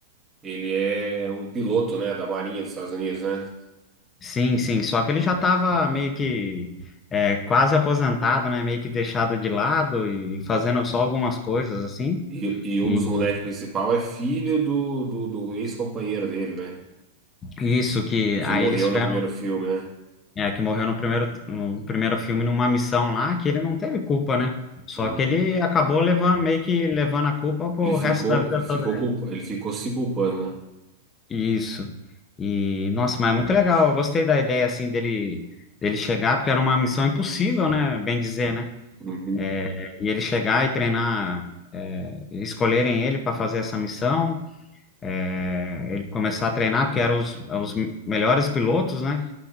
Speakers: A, on the right; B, on the left.
A: ele é um piloto, né, da Marinha dos Estados Unidos, né?
B: Sim, sim, só que ele já estava meio que é, quase aposentado, né? Meio que deixado de lado e fazendo só algumas coisas assim.
A: E, e
B: E
A: um dos moleques principal é filho do, do, do ex-companheiro dele, né?
B: isso que
A: Que
B: aí
A: morreu
B: eles tiveram
A: no primeiro filme, né?
B: É, que morreu no primeiro, no primeiro filme numa missão lá que ele não teve culpa, né? Só
A: Entendi.
B: que ele acabou levando, meio que levando a culpa pro
A: Ele ficou,
B: resto da vida
A: ele ficou
B: toda dele.
A: culpa, ele ficou se culpando, né?
B: Isso. E, nossa, mas é muito legal. Eu gostei da ideia, assim, dele, dele chegar, porque era uma missão impossível, né? Bem dizer, né?
A: Uhum.
B: É, e ele chegar e treinar, é, escolherem ele para fazer essa missão, é, ele começar a treinar, porque eram os, os melhores pilotos, né?